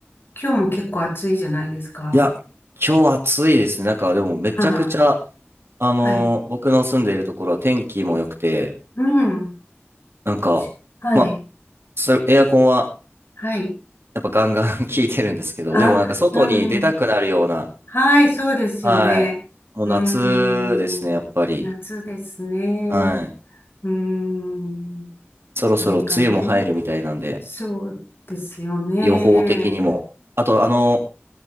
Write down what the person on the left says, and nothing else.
今日も結構暑いじゃないですか。
はあ、
はい。うん。
うちはい。
はい。
あ、
うん。はい、そうですよね。
うーん、な夏ですね。
うーん、
なんかね、そうですよね。